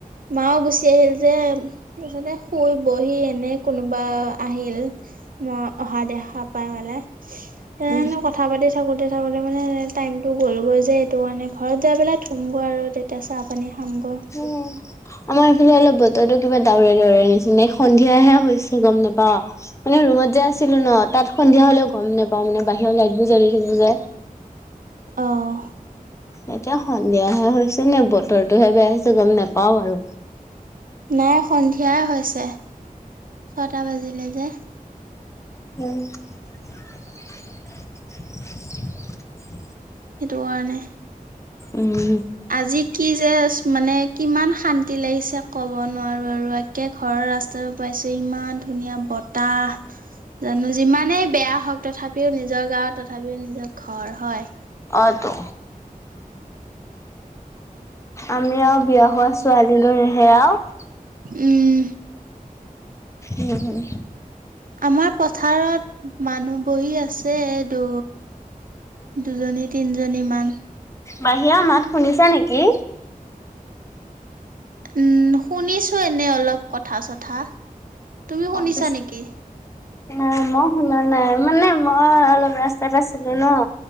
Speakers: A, on the right; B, on the left.
A: মাও গুচি আহিল যে তাৰপিছতে শুই বহি এনে কোনোবা আহিল। মই অহা দেখা পাই মেলে। তেনেধৰণৰ
B: উম।
A: কথা পাতি থাকোতে থাকোতে মানে টাইমটো গ'ল গৈ যে, এইটো কাৰণে ঘৰত যাই পেলাই ধুম গৈ' আৰু তেতিয়া চাহ পানী খামগৈ
B: উম আমাৰ এইফালে অলপ বতৰো কিবা ডাৱৰীয়া - ডাৱৰীয়া নিচিনা এই সন্ধিয়াহে হৈছে গম নাপাও মানে ৰুমত যে আছিলো ন তাত সন্ধিয়া। হলেও গম নেপাওঁ মানে বাহিৰৰ লাইট বোৰ জ্বলি থাকে যে।
A: অঁ
B: এতিয়া সন্ধিয়াহে হৈছে নে বতৰটোহে বেয়া হৈছে গম নাপাও আৰু।
A: নাই সন্ধিয়াই হৈছে, ছয়টা বাজিলে যে।
B: <inaudible>
A: সেইটো কাৰণে।
B: উম।
A: আজি কি যে মানে কিমান শান্তি লাগিছে ক'ব নোৱাৰো আৰু একে ঘ ৰাস্তাটো পাইছো ইমান ধুনীয়া বতাহ জানো যিমানেই বেয়া হওঁক তথাপিও নিজৰ গাঁওত তথাপিও নিজৰ ঘৰ হয়।
B: অ' টো। আমি আৰু বিয়া হোৱা ছোৱালী দৰেহে আৰু।
A: উম
B: উম উম।
A: আমাৰ পথাৰত মানুহ বহী আছে এই দু দুজনী - তিনিজনীমান।
B: বাহিৰা মাত শুনিছা নেকি?
A: উম, শুনিছো এনে অলপ কথা - চথা। তুমি শুনিছা
B: পিছে
A: নেকি?
B: অ' মই শুনা নাই মানে মই অলপ ৰাস্তাত আছিলো ন।